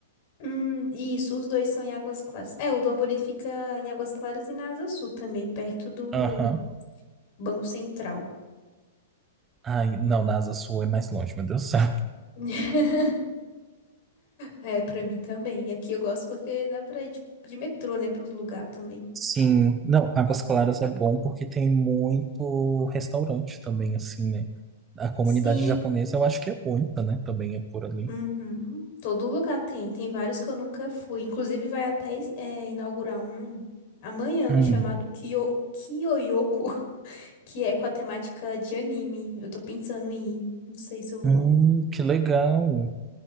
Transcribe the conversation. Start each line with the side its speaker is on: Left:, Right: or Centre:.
Left: Hum, isso, os dois são em Águas Claras. É, o Domburi fica em Águas Claras e na Asa Sul também, perto do
Right: Aham.
Left: Banco Central.
Right: Ai, não, na Asa Sul é mais longe, meu Deus do céu.
Left: <laughs> É, pra mim também. Aqui eu gosto porque dá pra ir de, de metrô, né, pros lugares também.
Right: Sim, não, Águas Claras é bom porque tem muito restaurante também, assim, né? A comunidade
Left: Sim,
Right: japonesa eu acho que é muita, né? Também é por ali.
Left: uhum. Todo lugar tem. Tem vários que eu nunca fui. Inclusive, vai até é, inaugurar um amanhã,
Right: Hum,
Left: chamado Kyo, Kyoyoku, <laughs> que é com a temática de anime. Eu tô pensando em ir. Não sei se eu
Right: hum,
Left: vou.
Right: que legal.